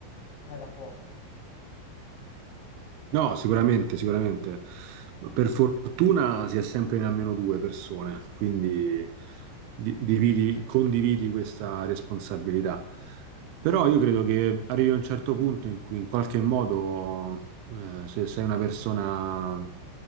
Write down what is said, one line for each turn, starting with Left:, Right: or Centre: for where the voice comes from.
Left: non è da poco.
Right: No, sicuramente, sicuramente. Ma Per fortuna si è sempre in almeno due persone, quindi di- dividi- condividi questa responsabilità. Però io credo che arrivi a un certo punto in cui in qualche modo, eh, se sei una persona